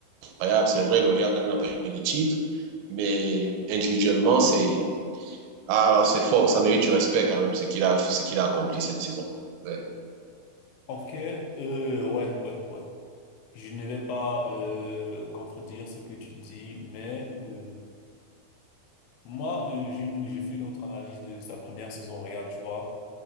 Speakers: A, on the right; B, on the left.
A: incroyable. C'est vrai, le Real n'a pas eu les titres, mais individuellement, c'est ah, alors c'est fort, ça mérite du respect quand même, ce qu'il a, ce qu'il a accompli cette saison. Ouais,
B: Ok, euh, ouais, ouais, ouais. Je ne vais pas euh, contredire ce que tu dis, mais euh, moi, euh, j'ai une- j'ai fait une autre analyse de sa première saison au Real, tu vois.